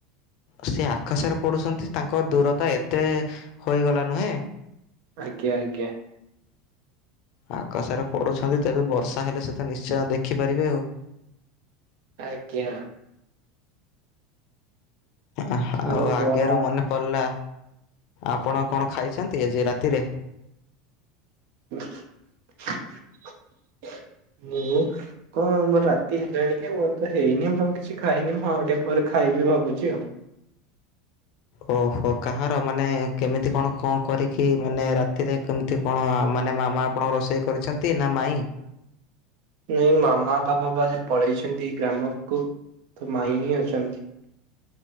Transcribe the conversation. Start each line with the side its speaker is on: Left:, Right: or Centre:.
Left: ସେ ଆକାଶରେ ପଡ଼ୁଛନ୍ତି ତାଙ୍କ ଦୂରତା ଏତେ ହୋଇଗଲା ନୁହେଁ।
Right: ଆଜ୍ଞା ଆଜ୍ଞା।
Left: ଆକାଶରେ ପଡ଼ୁଛନ୍ତି ତେବେ ବର୍ଷା ହେଲେ ସେ ତ ନିଶ୍ଚୟ ଦେଖିପାରିବେ ଆଉ
Right: ଆଜ୍ଞା।
Left: ଆଉ
Right: ଛାଡ଼ନ୍ତୁ
Left: ଆଗରୁ
Right: ଆଉ
Left: ମନେ ପଡ଼ିଲା ଆପଣ କଣ ଖାଇଛନ୍ତି ଆଜି ରାତିରେ?
Right: <inaudible> ହୁଁ। ହଁ ମୋର ରାତି ହେଲାଣି କି ମୋର ତ ହେଇନି ମୁଁ କିଛି ଖାଇନି ମୁଁ ଆଉ ଟିକେ ପରେ ଖାଇବି ଭାବୁଛି ଆଉ।
Left: ଓହୋ କାହାର ମାନେ କେମିତି କଣ କଣ କରିକି ମାନେ ରାତିରେ କେମିତି କଣ ମାନେ ମାମା ଆପଣଙ୍କ ରୋଷେଇ କରିଛନ୍ତି ନା ମାଈ?
Right: ନାଇଁ ମାମା ବାପା ବା ପଳେଇଛନ୍ତି ଗ୍ରାମକୁ ତ ମାଇଁ ହିଁ ଅଛନ୍ତି।